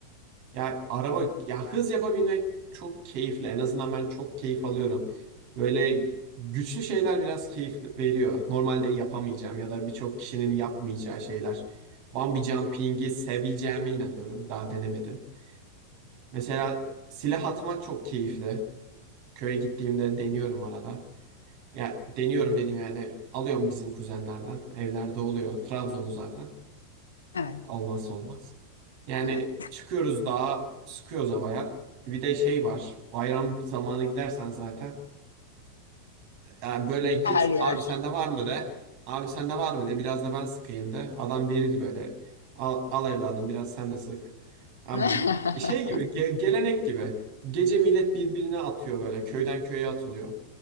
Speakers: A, on the right; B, on the left.
A: Ya araba ya hız yapabilmek çok keyifli. En azından ben çok keyif alıyorum. Böyle güçlü şeyler biraz keyif veriyor. Normalde yapamayacağım ya da birçok kişinin yapmayacağı şeyler. Bungee jumping'i seveceğime inanıyorum. Daha denemedim. Mesela silah atmak çok keyifli. Köye gittiğimde deniyorum arada. Ya deniyorum dediğim yani alıyorum bizim kuzenlerden. Evlerde oluyor. Trabzon'u zaten.
B: Evet.
A: Olmazsa olmaz. Yani
B: evet.
A: çıkıyoruz dağa, sıkıyoruz havaya. Bir de şey var. Bayram zamanı gidersen zaten. Yani böyle git
B: Her yer.
A: abi sende var mı de. Abi sende var mı de biraz da ben sıkayım de. Adam verir böyle. Al, al evladım biraz sen de sık. Abi
B: <laughs>
A: şey gibi ge- gelenek gibi. Gece millet birbirine atıyor böyle. Köyden köye atılıyor.